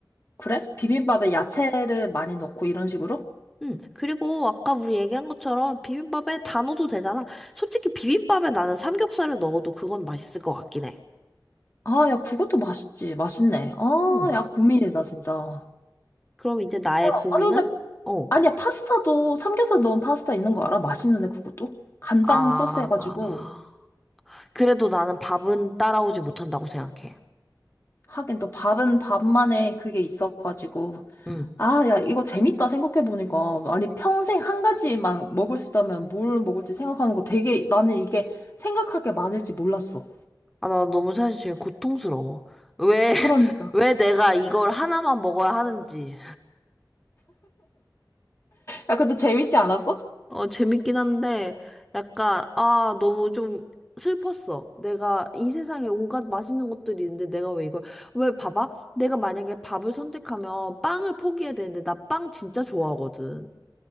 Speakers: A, on the left; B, in the centre.
A: 그래? 비빔밥에 야채를 많이 넣고 이런 식으로?
B: 응. 그리고 아까 우리 얘기한 것처럼 비빔밥에 다 넣어도 되잖아. 솔직히 비빔밥에 나는 삼겹살을 넣어도 그건 맛있을 것 같긴 해.
A: 아, 야, 그것도 맛있지. 맛있네. 아,
B: 음.
A: 야, 고민이다, 진짜.
B: 그럼 이제 나의
A: 야,
B: 고민은?
A: 아니, 근데,
B: 어.
A: 아니야, 파스타도 삼겹살 넣은 파스타 있는 거 알아? 맛있는데, 그것도? 간장
B: 아,
A: 소스 해가지고.
B: 그래도 나는 밥은 따라오지 못한다고 생각해.
A: 하긴 또 밥은 밥만의 그게 있어가지고.
B: 응.
A: 아, 야, 이거 재밌다 생각해보니까. 아니, 평생 한 가지만 먹을 수 있다면 뭘 먹을지 생각하는 거 되게 나는 이게 생각할 게 많을지 몰랐어.
B: 아, 나 너무 사실 지금 고통스러워. 왜, <laughs>
A: 그러니까.
B: 왜 내가 이걸 하나만 먹어야 하는지.
A: 야, 근데 재밌지 않았어?
B: 어, 재밌긴 한데, 약간, 아, 너무 좀 슬펐어. 내가 이 세상에 온갖 맛있는 것들이 있는데 내가 왜 이걸, 왜 봐봐? 내가 만약에 밥을 선택하면 빵을 포기해야 되는데, 나 빵 진짜 좋아하거든.